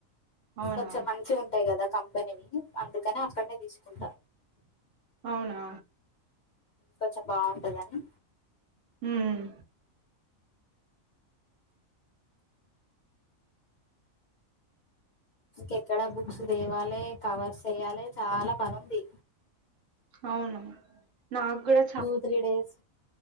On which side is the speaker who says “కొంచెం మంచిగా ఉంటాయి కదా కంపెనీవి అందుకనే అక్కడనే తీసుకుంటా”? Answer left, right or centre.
Left